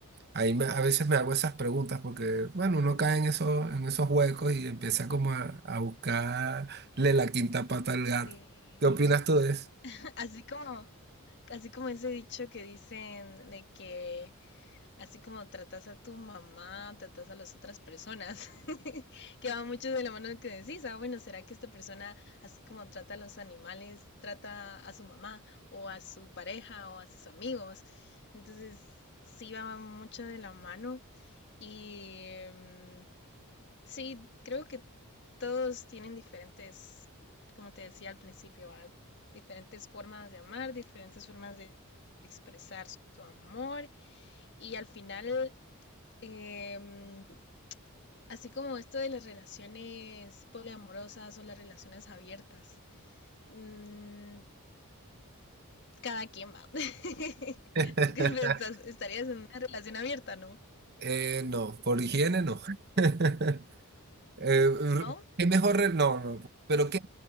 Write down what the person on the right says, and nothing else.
ahí me- a veces me hago esas preguntas porque, bueno, uno cae en esos, en esos huecos y empieza como a, a buscarle la quinta pata al gato.
¿Qué opinas tú de eso?
<laughs>
Eh, no, por higiene no. <laughs> Eh, r-
¿qué mejor? re- No, no, pero que